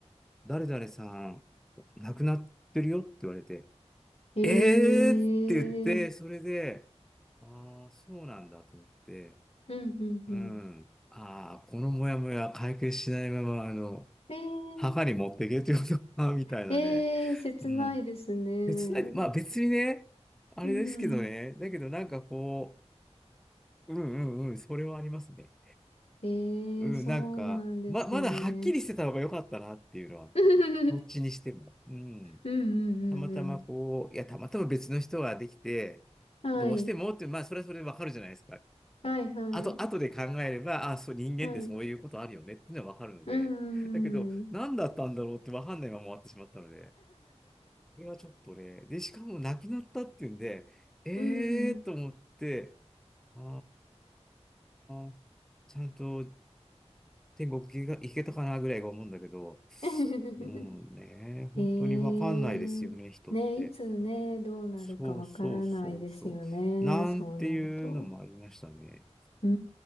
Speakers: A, in the centre; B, on the left.
A: 誰々さん、亡くなってるよって言われて、
B: ええ
A: えーって言って、それで、ああ、そうなんだと思って、
B: うんうんうん。
A: うん。ああ、このモヤモヤ解決しないまま、あの、
B: ええ
A: 墓に持っていけということか、<laughs> みたいなね。
B: ええ切ないですね。
A: うん。別な、まあ別にね、あれですけどね、
B: うん。
A: だけどなんかこう、うんうんうん、それはありますね。
B: ええそうなんですね。
A: うん、なんか、ま、まだはっきりしてた方が良かったなっていうのは、
B: <laughs> うんう
A: どっちにしても。うん。
B: んうんうん。
A: たまたまこう、いや、たまたま別の人ができて、
B: はい。
A: どうしてもって、まあそれはそれでわかるじゃないですか。
B: はいはい。
A: あと、後で考えれば、あ、そう、人間ってそういうことあるよねっていうのはわかるので、
B: はい。うん。
A: だけど、
B: うん。
A: 何だったんだろうってわかんないまま終わってしまったので、これはちょっとね、で、しかも亡くなったっていうんで、えーと思って、
B: うん。
A: あー、ちゃんと天国行けが行けたかなぐらいが思うんだけど、
B: <laughs>
A: うんね、本当にわかんないですよね、
B: ええー。
A: 人って。
B: ね、いつね、どうなるかわからないですよね。
A: そうそうそうそう。なんていうのもありましたね。
B: そうなると。うー